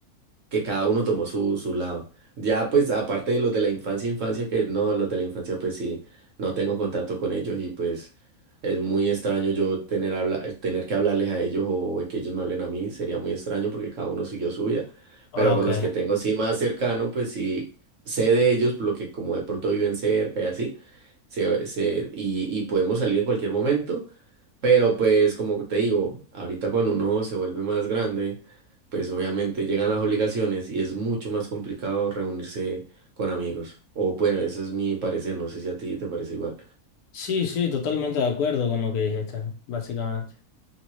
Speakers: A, on the right (about 55°); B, on the left (about 80°).
A: que cada uno tomó su, su lado. Ya pues aparte de los de la infancia, infancia, que no, los de la infancia pues sí, no tengo contacto con ellos y pues es muy extraño yo tener, habla eh, tener que hablarles a ellos o que ellos me hablen a mí, sería muy extraño porque cada uno siguió su vida.
B: Ah,
A: Pero con
B: ok.
A: los que tengo sí más cercano, pues sí sé de ellos, por lo que como de pronto viven cerca y así, se, se- y, y podemos salir en cualquier momento. Pero pues como te digo, ahorita cuando uno se vuelve más grande, pues obviamente llegan las obligaciones y es mucho más complicado reunirse con amigos. O bueno, ese es mi parecer, no sé si a ti te parece igual.
B: Sí, sí, totalmente de acuerdo con lo que dijiste, básicamente.